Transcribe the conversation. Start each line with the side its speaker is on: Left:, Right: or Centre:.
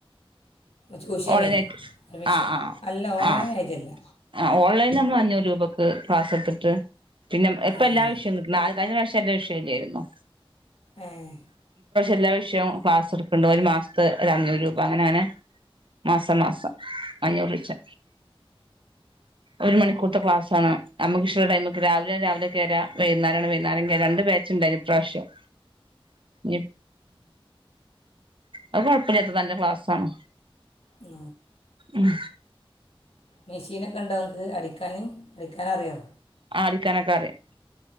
Left: ട്യൂഷനേ.
Right: ഓൺലൈനായിട്ട്
Left: അഡ്മിഷൻ,
Right: ആ ആ
Left: അല്ല ഓൺലൈൻ
Right: ആ
Left: ആയിട്ടല്ല
Right: ആ ഓൺലൈൻ നമ്മൾ അഞ്ഞൂറ് രൂപക് ക്ക് ക്ലാസ്സെട്ത്തിട്ട് പിന്നെ എപ്പ
Left: ആ
Right: എല്ലാ
Left: ആ.
Right: വിഷയും നിക്ക്ന്ന്. ആ കഴിഞ്ഞ പ്രാശ്യം എല്ലാ വിഷയം തര്വെരുന്നു
Left: ഏഹ്
Right: എല്ലാ വിഷയവും ക്ലാസ് എടുക്കുന്നുണ്ട് ഒരു മാസത്ത് ഒരു അഞ്ഞൂറ് രൂപ അങ്ങനെ അങ്ങനെ മാസം മാസം. അഞ്ഞൂറ് വെച്ചാ ഒരു മണിക്കൂർത്തെ ക്ലാസ്സാണ്. നമ്മക്കിഷ്ട്ടൊള്ള ടൈമ്ക്ക് രാവിലെയാണെ രാവിലെ കേറാ, വൈക്ന്നേരാണ് വൈന്നേരം കേറാ. രണ്ട് ബാ ച്ച്ണ്ടേന് ഇപ്രാശ്യം ഉം അത് കൊഴപ്പില്ലാത്ത നല്ല ക്ലാസ്സാണ്
Left: ആ
Right: ഉം
Left: മെഷീനൊക്കെ ഇണ്ടോ ഇങ്ങക്ക് അടിക്കാന്? അടിക്കാനറിയോ?
Right: ആ അടിക്കാനൊക്കറിയാ